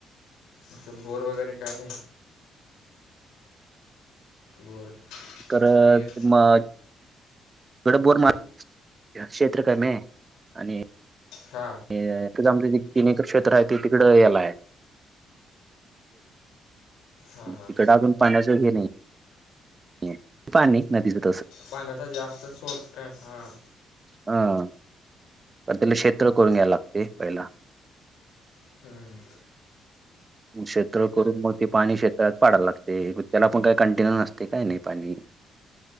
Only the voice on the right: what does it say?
करत
मा डं बोर मार क्षेत्र कामे आणि
आमचं जे तिन एकर क्षेत्र आहे ते तिकडं येलाय.
तिकड
अजून पाण्याचं घ नाही पाणी नाही नदीच.
हं प त्याला शेत्र करून घ्यायला लागते पहिला.
शेञ करून मग ते पाणी शेत्रात पाडायला लागतेय त्याला पण काही कंटिन्यू नसते काय नाही पाणी.